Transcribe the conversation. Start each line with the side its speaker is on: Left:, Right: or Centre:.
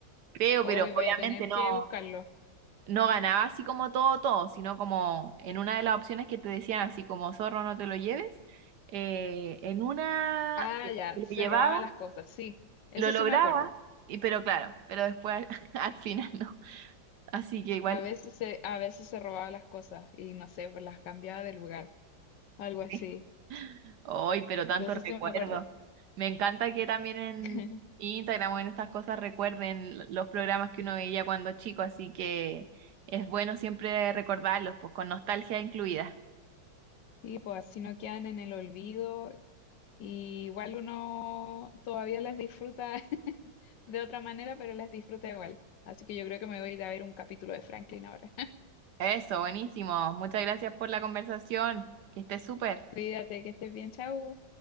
Right: creo,
Left: Hoy
Right: pero obviamente
Left: voy a tener
Right: no,
Left: que buscarlo.
Right: no ganaba así como todo, todo, sino como en una de las opciones que te decían así como zorro no te lo lleves, eh, en una
Left: Ah,
Right: eh,
Left: ya,
Right: se lo
Left: se
Right: llevaba
Left: robaba las cosas, sí. Eso
Right: Lo lograba,
Left: sí me acuerdo.
Right: y, pero claro, pero después al, <laughs> al final no. Así que igual,
Left: A veces se, a veces se robaba las cosas y no sé, pues las cambiaba de lugar, algo así.
Right: sí. hoy, pero tanto
Left: De eso
Right: recuerdo.
Left: sí me acuerdo.
Right: Me encanta que también en
Left: <laughs>
Right: Instagram o en estas cosas recuerden l- los programas que uno veía cuando chico, así que es bueno siempre recordarlos, pues con nostalgia incluida.
Left: Sí, pues así no quedan en el olvido Y igual uno todavía las disfruta <laughs> de otra manera, pero las disfruta igual. Así que yo creo que me voy a ir a ver un capítulo de Franklin ahora.
Right: Eso, buenísimo. Muchas gracias por la conversación. Que estés súper.
Left: <laughs> Cuídate, que estés bien, chau